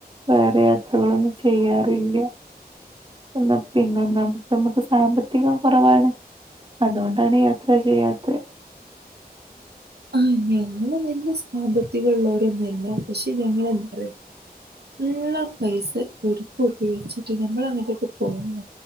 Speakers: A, on the right (about 30°); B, on the right (about 85°).
A: വേറെ യാത്രകളൊന്നും ചെയ്യാ ട്ടില്ല എന്നാ പിന്നെന്താ നമുക്ക് സാമ്പത്തികം കുറവാണ്. അതുകൊണ്ടാണ് യാത്ര ചെയ്യാത്തേ.
B: ആഹ് ഞങ്ങള് നല്ല സാമ്പത്തികമുള്ളവരൊന്നല്ല പക്ഷെ ഞങ്ങള് എന്താറയോ ഉള്ള പൈസ ഒരുക്കൂട്ടി വെച്ചിട്ട് നമ്മൾ അങ്ങോട്ടേക്ക് പോണം